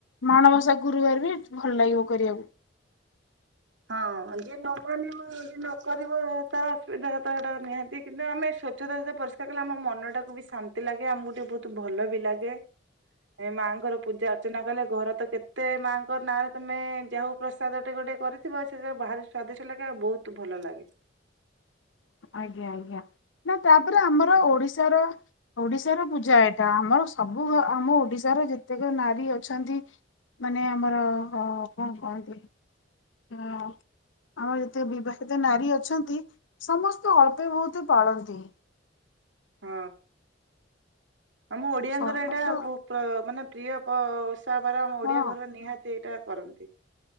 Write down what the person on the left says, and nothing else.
ମାଣବସା ଗୁରୁବାର ବି ଭଲ ଲାଗିବ କରିବାକୁ।
ଆଜ୍ଞା ଆଜ୍ଞା ନା ତାପରେ ଆମର ଓଡିଶାର ଓଡିଶାର ପୂଜା ଏଇଟା ଆମର ସବୁ ଘ ଆମ ଓଡିଶାର ଯେତେକ ନାରୀ ଅଛନ୍ତି ମାନେ ଆମର ହଁ କଣ କହନ୍ତି। ହଁ ଆମର ଯେତେ ବିବାହିତ ନାରୀ ଅଛନ୍ତି। ସମସ୍ତେ ଅଳ୍ପେ ବହୁତ ପାଳନ୍ତି।
ସମସ୍ତେ
ହଁ